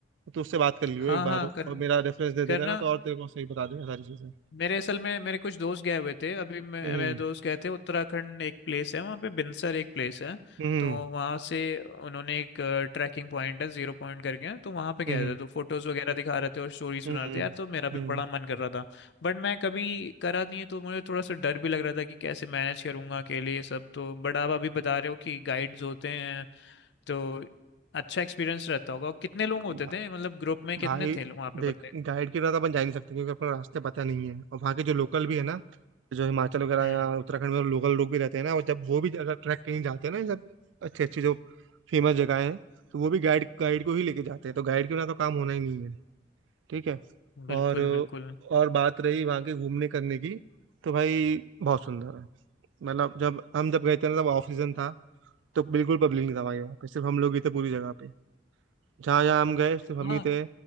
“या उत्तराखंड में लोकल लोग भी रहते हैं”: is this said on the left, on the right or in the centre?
Right